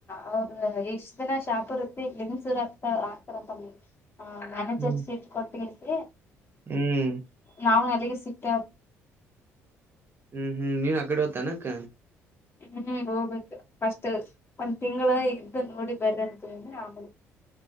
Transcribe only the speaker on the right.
ಹ್ಮ್
ಹ್ಮ್
ಹ್ಮ್ ಹ್ಮ್ ನೀನ್ ಆ ಕಡೆ ಹತ ಅಾನಕ್ಕ